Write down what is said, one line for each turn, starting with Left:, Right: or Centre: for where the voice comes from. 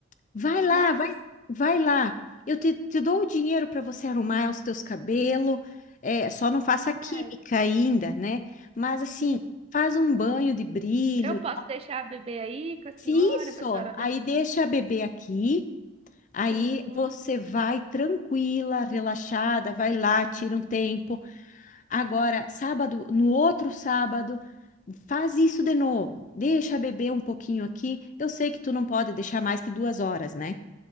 Left: Vai lá,
Right: Mas,
Left: vai, vai lá. Eu te, te dou o dinheiro para você arrumar os teus cabelos. É, só não faça química
Right: sério,
Left: ainda, né? Mas assim,
Right: uhum.
Left: faz um banho de brilho.
Right: Eu posso deixar a bebê aí com a senhora,
Left: Se Isso,
Right: pra senhora olhar?
Left: aí deixa a bebê aqui. Aí
Right: Uhum.
Left: você vai tranquila, relaxada, vai lá, tira um tempo. Agora, sábado, no outro sábado, faz isso de novo. Deixa beber um pouquinho aqui. Eu sei que tu não pode deixar mais que duas horas, né?